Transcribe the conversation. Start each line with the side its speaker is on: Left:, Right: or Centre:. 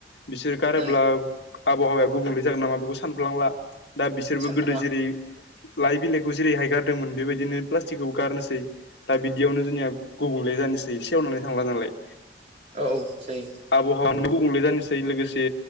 Left: बिसोर गारोब्ला
Right: उम
Left: आबहावाया गुबुंले जागोन नामा बेखौ सानफ्लांला दा बिसोरबो
Right: सानफ्लाङा
Left: गोदो जेरै लाइ बिलाइखौ जेरैहाय गारदोंमोन बेबायदिनो प्लास्टिकखौ गारनोसै दा बिदियावनो जोंनिया गुबुंले जानोसै सेवनानै थांला नालाय
Right: औ औ जायो
Left: आबहावाया गुबुंले जानोसै लोगोसे